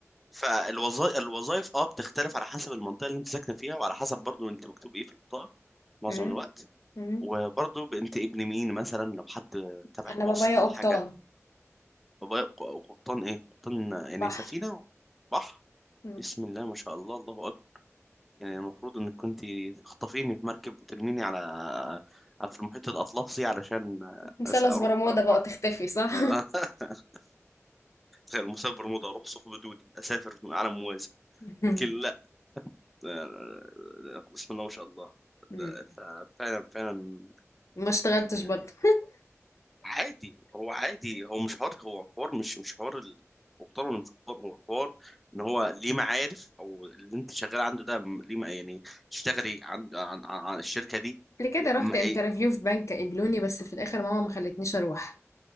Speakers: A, in the centre; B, on the left (about 70°).
A: فالوظائف الوظائف اه بتختلف على حسب المنطقه اللي انت ساكنه فيها وعلى حسب برضو انت مكتوب ايه في البطاقه معظم
B: مم.
A: الوقت
B: مم.
A: وبرضو انت ابن مين مثلا لو حد
B: <laughs>
A: تبعك
B: انا بابايا
A: واسطه
B: قبطان
A: حاجه وبقى- وقبطان ايه قبطان يعني
B: بحر
A: سفينة بحر
B: مم.
A: بسم الله ما شاء الله الله أكبر يعني المفروض انك كنت تخطفيني في مركب وترميني على على- في المحيط الأطلسي علشان
B: مثلث
A: أس- أروح
B: برمودا
A: فرنسا
B: بقى تختفي صح
A: <laughs> غير مسافر برمودا أروح ثقب دودي أسافر عالم موازي
B: <laughs>
A: لكن لا آه، آه، آه، بسم الله ما شاء الله
B: مم.
A: لا، ففعلا فعلا
B: ما اشتغلتش
A: يعني
B: برضه
A: عادي هو عادي هو مش حوار هو حوار مش مش حوار ال- مقتدر ولا مش مقتدر هو حوار ان هو ليه معارف او اللي انت شغال عنده ده م- ليه م- يعني تشتغلي عن عن, عن, عن الشركه دي
B: قبل كده
A: ليه
B: رحت
A: أما
B: انترفيو
A: إيه-
B: في بنك قبلوني بس في الاخر ماما ما خلتنيش اروح